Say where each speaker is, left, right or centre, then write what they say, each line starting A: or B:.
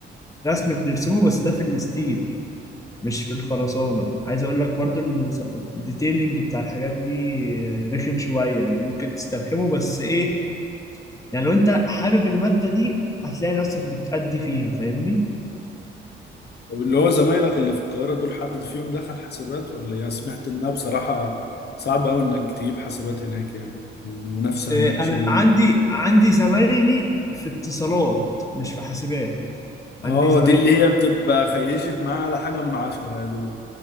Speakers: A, on the left (about 15°); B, on the left (about 55°).
A: رسم بنرسمه بس ده في الستيل مش في الخرسانة عايز اقول لك برضو ان الص- الديتيلينج بتاع الحاجات دي رخم شوية يعني ممكن تسترخمه بس ايه يعني لو انت حابب المادة دي هتلاقي نفسك بتأدي فيها فاهمني
B: طب اللي هو زمايلك اللي في القاهرة دول حد فيهم دخل حاسبات ولا يا سمعت انها بصراحة صعب قوي انك تجيب حاسبات هناك يعني المنافسة
A: إيه
B: هناك
A: انا
B: شديدة
A: عندي عندي زمايلي في اتصالات مش في حاسبات عندي
B: اه
A: زمايلي
B: دي اللي هي بتبقى خيشت معايا على حاجة من عشرة يا دوب